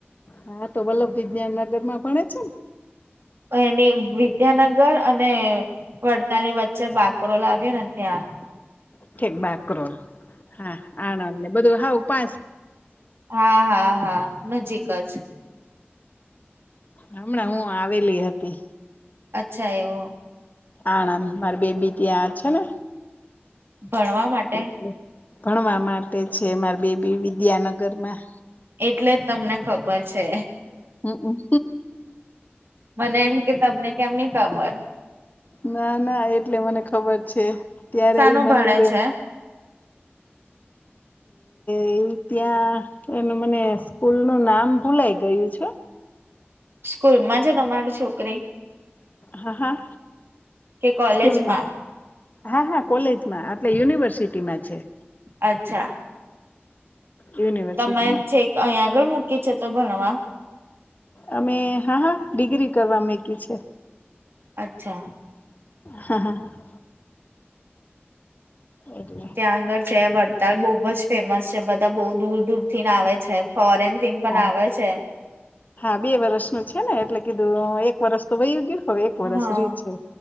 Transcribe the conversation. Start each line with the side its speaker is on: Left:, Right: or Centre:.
Left: હા તો વલ્લભ વિજ્ઞાન નગર માં ભણે છે ને.
Right: એની વિદ્યાનગર અને વડતાલની વચ્ચે બાકરો લાવ્યો ને ત્યાં.
Left: ઠેક બાકોલ હા આણંદને બધું હ પા
Right: હા હા હા નજીક જ.
Left: હમણાં હું આવેલી હતી.
Right: અચ્છા એવુ
Left: આણંદ મારી બેબી ત્યાં જ છે ને.
Right: ભણવા માટે.
Left: એટલે ભણવા માટે છે મામારે બેબી વિદ્યાનગરમાં.
Right: એટલે જ તમને ખબર છે.
Left: હમ્મ
Right: મને એમ કે તમને કેમ નઈ ખબર.
Left: ના ના એટલે મને ખબર છે. ત્યારે
Right: સનું
Left: ઈ મંદિરે
Right: ભણે છે.
Left: એ ત્યાં એનું મને સ્કૂલ નું નામ ભૂલાય ગયું છે.
Right: સ્કૂલમાં છે તમારી છોકરી
Left: હા હા
Right: કે કોલેજમાં
Left: સ્કૂલમાં. હા હા કોલેજમાં એટલે યુનિવર્સિટીમાં છે.
Right: અચ્છા
Left: યુનિવર્સિટીમાં
Right: તમે છેક અહીિયાં આગળ મૂકી છે તો ભણવા.
Left: અમે હા હા ડિગ્રી કરવા મકી છે.
Right: અચ્છા.
Left: હા હા હા. એટલે
Right: ત્યાં આગળ છે વડતાળ બહુજ ફેમસ છે બધા બહુ દૂર દૂર ને આવે છે. ફોરેન થીમ પણ
Left: હા
Right: આવે છે.
Left: હા બે વર્ષનું છે ને એટલે કીધું એક વર્ષ. તોય યોગ્ય હવે એક
Right: હા
Left: વર્ષ ર છે